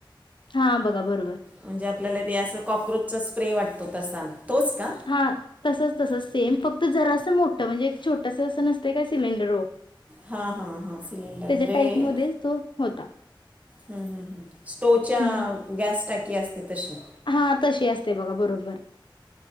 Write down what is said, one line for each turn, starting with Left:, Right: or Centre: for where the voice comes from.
Left: हा बघा. बरोबर.
Right: म्हणजे आपल्याला ते असं कॉक्रोचचा स्प्रे वाटतो. तसा. तोच का
Left: हा तसच तसच सेम फक्त जरा स मोठं म्हणजे एक छोटस. नसते काय सिलेंडर ओ
Right: हा हा हा सिलेंडर
Left: त्याच्या
Right: म्हणजे्
Left: टाईपमध्येच तो होता.
Right: हम हम हम स्टोवच्या
Left: हम्म
Right: गॅस टाय. <inaudible> तशे
Left: हा तशी असते बघा बरोबर